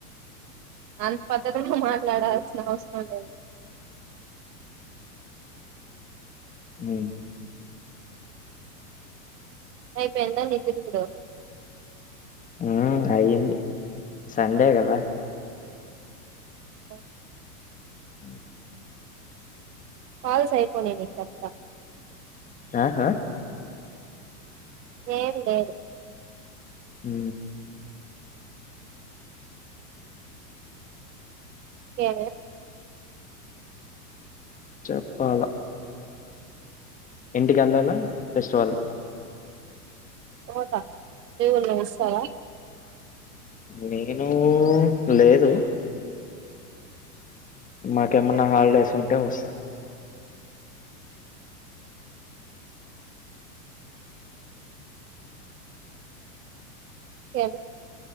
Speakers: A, on the right (about 80°); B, on the left (about 15°).
A: అంత పద్ధతిగా మాట్లాడాల్సిన అవసరం లేదు
B: అ
A: రేపు ఏందో నీ తిరుగుడు
B: హ అయ్యంది సండే కదా
A: ప
B: ఉ
A: కాల్స్ అయిపోనే నీ చెప్తా
B: ఆహా
A: లేదు లేదు
B: హ
A: ఏ
B: చెప్పాల ఎంటి గల్లాల ఫెస్టివల్
A: పోత ఏమన్నా ఇస్తా
B: నేను లేదు మాకేమన్నా హాలిడేస్ ఉంటే వస్తా
A: ఏను